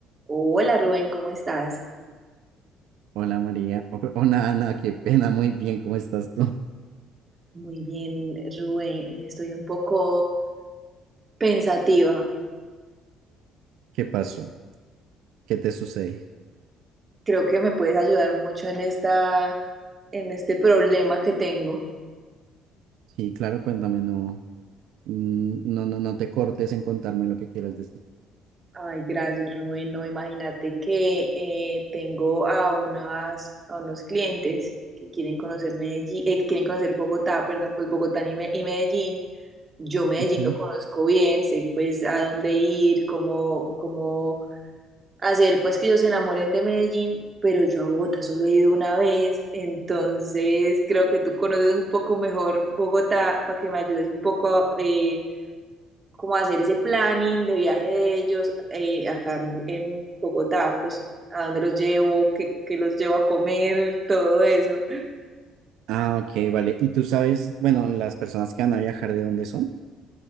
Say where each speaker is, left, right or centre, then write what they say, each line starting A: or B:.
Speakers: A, on the right (about 25°); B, on the right (about 80°).
A: Hola Rubén, ¿cómo estás?
B: Hola María, O- hola Ana, qué pena, muy bien, ¿cómo estás tú?
A: Muy bien, Rubén, estoy un poco pensativa.
B: ¿Qué pasó? ¿Qué te sucede?
A: Creo que me puedes ayudar mucho en esta, en este problema que tengo.
B: Sí, claro, cuéntame, no, mm, no, no, no te cortes en contarme lo que quieras decir.
A: Ay, gracias, Rubén. No, imagínate que eh, tengo a unas, a unos clientes que quieren conocer Medellín, eh, que quieren conocer Bogotá, perdón, pues Bogotá y, Me- y Medellín. Yo Medellín
B: Ujú.
A: lo conozco bien, sé pues a dónde ir, cómo, cómo hacer pues que ellos se enamoren de Medellín, pero yo a Bogotá solo he ido una vez, entonces creo que tú conoces un poco mejor Bogotá para que me ayudes un poco eh, como a hacer ese planning de viaje de ellos eh, acá en, Bo- en Bogotá, pues a dónde los llevo, qué, qué los llevo a comer, todo eso.
B: Ah, ok, vale. ¿Y tú sabes, bueno, las personas que van a viajar de dónde son?